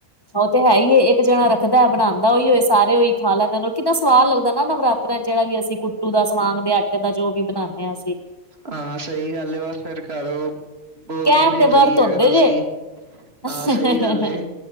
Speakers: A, on the left (about 20°); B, on the right (about 45°).
A: ਔਹ ਤੇ ਹੈ ਈ ਯੇ ਇੱਕ ਇਕ ਜਾਣਾ ਰੱਖਦਾ ਬਣਾਦਾ ਔਈਯੋ ਏ ਸਾਰੇ ਔ ਹੀ ਖਾ ਲੈਂਦੇ ਨੇ ਉਹ ਕਿੱਨਾ ਸਵਾਦ ਲੱਗਦਾ ਨਾ ਨਵਰਾਤ੍ਰਯਾ ਚ ਜਿਹੜਾ ਵੀ ਅਸੀਂ ਟੂ ਦਾ, ਸਮਾਂਗ ਦੇ ਆਟੇ ਦਾ ਜੋ ਵੀ ਬਣਾਂਦੇ ਹਾਂ ਅਸੀਂ।
B: ਹਾਂ ਸਹੀ ਗੱਲ ਹੈ ਬਸ ਫੇਰ ਘਰੋਂ ਬੋਲਦੇ
A: ਕਹਿਣ
B: ਵੀ ਨੇ
A: ਦੇ
B: ਬਈ
A: ਵਰਤ ਹੁੰਦੇ
B: ਅਗਰ ਤੁਸੀਂ ਹਾਂ
A: ਜੇ
B: ਸਹੀ ਗੱਲ ਏ।